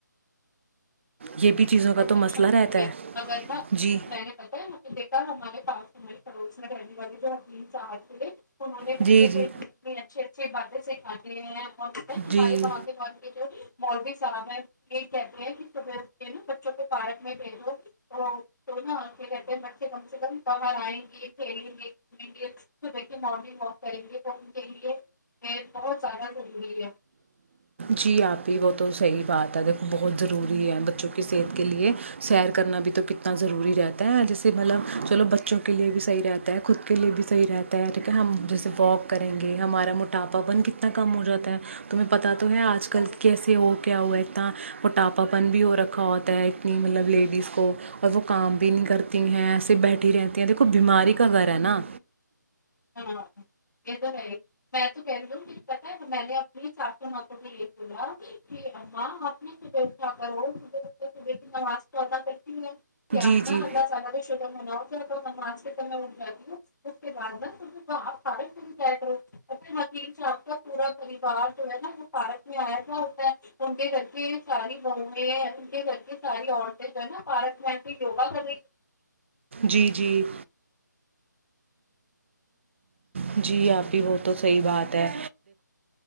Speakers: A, on the right; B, on the left.
A: یہ بھی چیزوں کا
B: بہت
A: تو
B: پریشانی
A: مسئلہ
B: ہو
A: رہتا
B: رہی ہے اگر ن
A: جی
B: میں نے پتا ہے بیٹا ہمارے پاس تاری پروسنا رہنے والے جو تین چ تھے انہوں نے بچوں
A: جی
B: کو
A: جی
B: ات اچھے اچھی باتیں سیککھاتی ہیں ب ہمارے
A: جی
B: وہاں کے گھر کی جوڑی مول بھی صاحب ہے یہ کہتے ہیںب نا جو کہ پارک میں بھیجو وہ تو نہ کہتے ہیں بچے کم سے کم کر آئیں گے کھیلیں گے مارنگ واک کریں گے تو ان کے لیے بہت زیادہ ضروری ہے
A: جی آپ ہی وہ تو صحیح بات ہے دیکھو بہت ضروری ہے بچوں کی صحت کے لیے سیر کرنا بھی تو کتنا ضروری رہتا ہے جیسے مطلب چلو بچوں کے لیے بھی صحیح رہتا ہے خود کے لیے بھی صحیح رہتا ہے ٹھیک ہے ہم جیسے واک کریں گے ہمارا موٹاپا ون کتنا کم ہو جاتا ہے تمہیں پت ہیں آج کل
B: اور
A: کیسے ہو کے ہوا اتناٹاپا پن بھی ہو رکھا ہوتا ہے اتنی ملب لیڈیز کو اور وہ کام بھی نہیں کرتی ہیں ایسے بیٹھی رہتی ہیں دیکھو بیماری کا گھر ہے نا
B: ہاں یہ تو ہے میں تو کہہ رہ ہوں دققت ہے تو میں نے اپنی ساسو ہاتھوں میں یہ بولا کہ ہاں آپ نے صبح اٹھا کرو صبح صبح کی نماز کو ادا کر کہ
A: جی
B: آپنا
A: جی
B: اللہ تالہ تو شدہ مناؤ کیا تو سمج سے تو اٹھ جاتی ہوں اس کے بعد نا پ پارک میں کر حقیق سے آپ کا پورا پریوار جو ہے نا وہ پارک میں آیا تھاا ہوتا ہے ان کے گھر کے ساری بہیں ان کے گھر کے ساری عورتیں جو ہے نا پارک میں آ کے یوگا کر رہی
A: جی جی جی آپ کی بلکل سہی بات ہے